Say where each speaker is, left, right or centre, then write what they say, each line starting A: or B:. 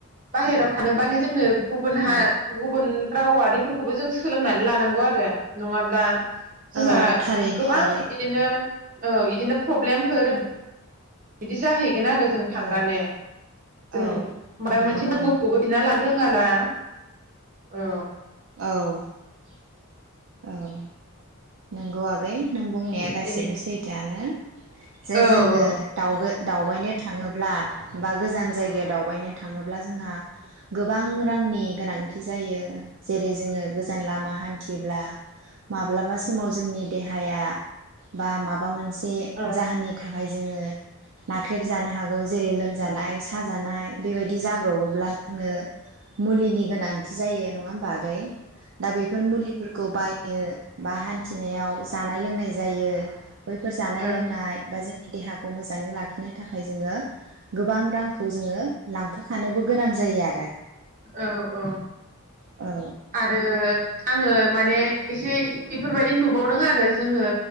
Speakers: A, on the right; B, on the right.
A: बाहेराव थांनोबाथाय जोंनो गुबुन हा
B: औ
A: गुबुन रावारिफोरखौबो जों सोलोंनानै लानांगौ आरो नङाब्ला जोंहा
B: औ थारैनो
A: गोबां
B: आगै
A: बिदिनो औ बिदिनो प्रब्लेम फोर बिदि जाहैगोन आरो । जों थांनानै
B: औ
A: जों
B: औ
A: माबा
B: नंगौ
A: मोनसे नांगौखौबो
B: औ
A: बिना लानो रोङा ना औ।
B: औ । औ । नांगौ आगै नों बुंनाया गासिबो
A: बेनि
B: सैथोआनो जे
A: औ
B: जोङो
A: औ
B: दाउ दावबायनो थाङोब्ला बा गोजान जायगायाव दावबायनो थाङो अब्ला जोंहा गोबां रांनि गोनांथि जायो। जेरै जोङो गोजान लामा हान थिब्ला माब्लाबास समाव जोंनि देहा हाया बा माबा मोनसे ए
A: औ
B: जाहोननि थाख हाय जोङो। नाख्रेबजानो हागौ जेरै लोमजानाय साजानाय बेबायदि जाब्रबोब्ला जोंनो मुलिनि गोनांथि जायो नङा होमबा आगै दा बेफोर मुलिफोरखौ बाय यो बा हान थिनायाव जानाय लोंनाय जायो। बैफोर जानाय
A: औ
B: लोंनाय बा जोंनि देहाखौ मोजाङै लाखिनो थाखाय जोङो गोबां रांखौ जोङो लांफाखानोबो गोनां जायो आरो
A: औ औ।
B: आगै औ
A: आरो आङो माने एसे इफोरबायदि नुबावदों आरो जोङो